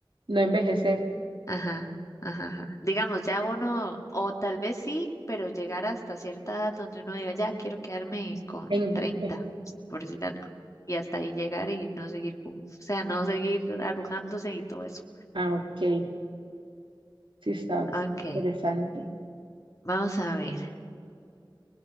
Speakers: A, on the right; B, on the left.
A: No envejecer.
B: Ajá, ajá, ajá. Digamos, ya uno, o tal vez sí, pero llegar hasta cierta edad donde uno diga, ya quiero quedarme con
A: En,
B: 30
A: eh,
B: por decir algo. Y hasta ahí llegar y no seguir, cu- o sea, no seguir arrugándose y todo eso.
A: ah, ok. Sí, sabes,
B: Ok,
A: interesante.
B: vamos a ver.